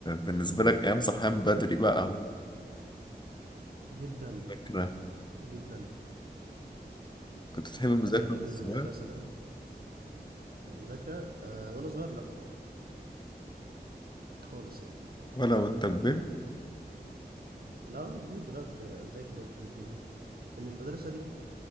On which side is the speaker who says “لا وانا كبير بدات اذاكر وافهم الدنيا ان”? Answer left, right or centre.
Right